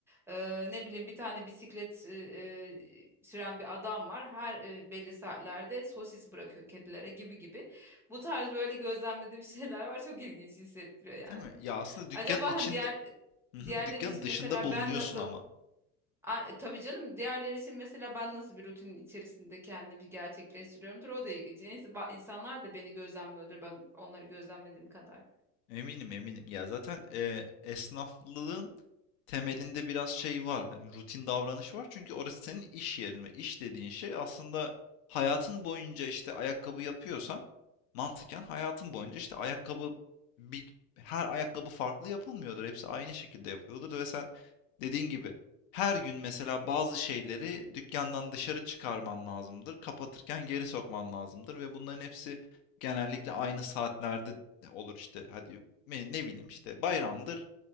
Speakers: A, in the centre; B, on the left (about 60°).
A: Eee, ne bileyim bir tane bisiklet e, e, süren bir adam var. Her e, belli saatlerde sosis bırakıyor kedilere gibi gibi. Bu tarz böyle gözlemlediğim <laughs> şeyler var. Çok ilginç hissettiriyor yani.
B: Değil mi? Ya, aslında dükkânın
A: Acaba
B: içinde
A: hani diğer
B: Hı hı.
A: diğerleri
B: Dükkânın
A: için
B: dışında
A: mesela
B: bulunuyorsun
A: ben nasıl
B: ama.
A: A- tabii canım diğerleri için mesela ben nasıl bir rutinin içerisinde kendimi gerçekleştiriyorumdur o da ilginç. Neyse, ba- insanlar da beni gözlemliyordur ben onları gözlemlediğim kadar.
B: Eminim eminim. Ya zaten e, esnaflığın temelinde biraz şey var. Hani rutin davranış var. Çünkü orası senin iş yerin ve iş dediğin şey aslında hayatın boyunca işte ayakkabı yapıyorsan mantıken hayatın boyunca işte ayakkabı bir, her ayakkabı farklı yapılmıyordur. Hepsi aynı şekilde yapıyordur ve sen dediğin gibi her gün mesela bazı şeyleri dükkandan dışarı çıkarman lazımdır. Kapatırken geri sokman lazımdır ve bunların hepsi genellikle
A: Hı
B: aynı
A: hı.
B: saatlerde olur işte. Hadi ne ne bileyim işte bayramdır